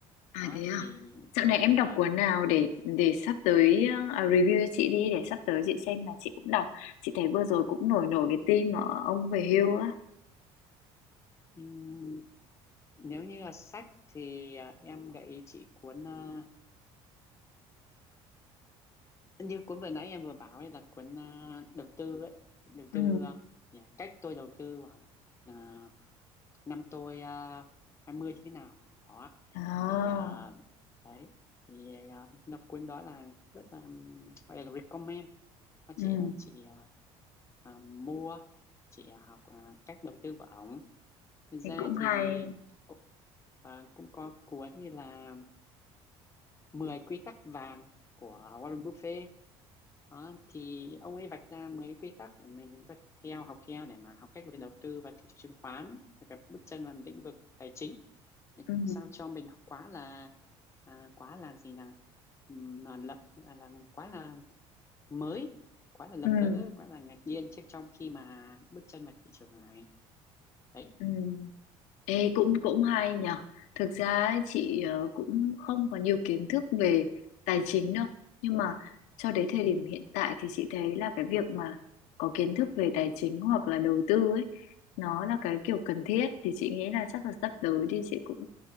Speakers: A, on the left; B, on the left.
A: À
B: Đó
A: thế à?
B: thì
A: Dạo này em đọc
B: vâng.
A: cuốn nào để để sắp tới ờ, à, review cho chị đi để sắp tới chị xem là chị cũng đọc. Chị thấy vừa rồi cũng nổi nổi cái tin mà ông về hưu á.
B: Ừm, nếu như là sách thì à, em gợi ý chị cuốn à, như cuốn vừa nãy em vừa bảo ấy là cuốn à, đầu tư ấy đầu
A: Ừ.
B: tư à, nhỉ, cách tôi đầu tư vào à, năm tôi uh, 20 như thế nào đó
A: À.
B: thì à, đấy thì à, nó cuốn đó là rất là ừm, gọi là recommend Nó
A: Ừ.
B: chị à, chị à, à, mua chị à, học à, cách đầu tư của ổng Thật ra
A: Thì cũng
B: thì
A: hay.
B: cũng- và cũng có cuốn như là 10 quy tắc vàng của Warren Buffett Đó, thì ông ấy vạch ra mấy quy tắc để mình có thể theo học theo để mà học cách về đầu tư và thị trường chứng khoán và các bước chân vào lĩnh vực tài chính để
A: Ừ.
B: sao cho mình không quá là à, quá là gì là ừm, là, lậm- à, là quá là mới quá là lầm
A: Ừ.
B: lỡ quá là ngạc nhiên trước trong khi mà bước chân vào thị trường này đấy
A: Ừ. Ê, cũng cũng hay nhở Thực ra ấy, chị ờ, cũng không có nhiều kiến thức về tài chính đâu. Nhưng mà cho đến thời điểm hiện tại thì chị thấy là cái việc mà có kiến thức về tài chính hoặc là đầu tư ấy, nó là cái kiểu cần thiết thì chị nghĩ là chắc là sắp tới thì chị cũng